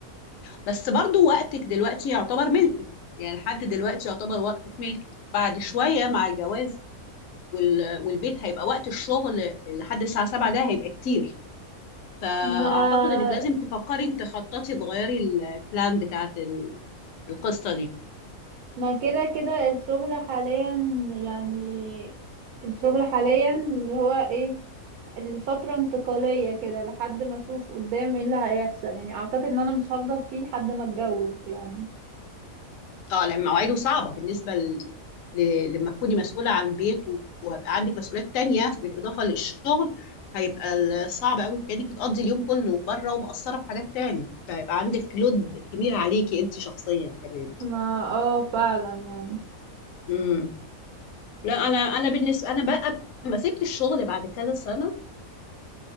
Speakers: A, on the left (about 70°); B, on the right (about 80°).
A: بس برضو وقتك دلوقتي يعتبر ملكك يعني لحد دلوقتي يعتبر وقتك ملكك بعد شويه مع الجواز وال... والبيت هيبقى وقت الشغل لحد الساعه 7 ده هيبقى كتير فأعتقد
B: ما
A: إنك لازم تفكري إنك تخططي تغيري البلان بتاعت ال- القصة دي
B: ما كده كده الشغل حاليا يعني الشغل حاليا اللي هو ايه الفترة انتقالية كده لحد ما اشوف قدام ايه اللي هيحصل يعني اعتقد ان انا مش هفضل فيه لحد ما اتجوز يعني
A: اه لأن مواعيده صعبة بالنسبة ل... ل... لما تكوني مسؤولة عن بيت و- وهيبقى عندك مسؤوليات تانية بالإضافة للشغل هيبقى ال- صعب قوي كأنك بتقضي اليوم كله بره ومقصرة في حاجات تانية فهيبقى عندك لود كبير عليكي أنت شخصيا كمان
B: ما اه فعلا يعني
A: امم لا أنا أنا بالنسبة أنا بقى لما سبت الشغل بعد كذا سنة